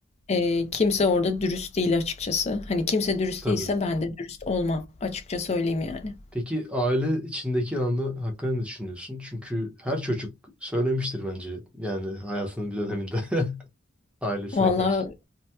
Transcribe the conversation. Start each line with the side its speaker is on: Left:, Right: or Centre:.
Left: e, kimse orada dürüst değil açıkçası. Hani kimse dürüst
Centre: tabii.
Left: değilse ben de dürüst olmam. Açıkça söyleyeyim yani.
Centre: Peki aile içindeki anı hakkında ne düşünüyorsun? Çünkü her çocuk söylemiştir bence yani hayatının bir döneminde <laughs> ailesine
Left: Vallahi
Centre: karşı.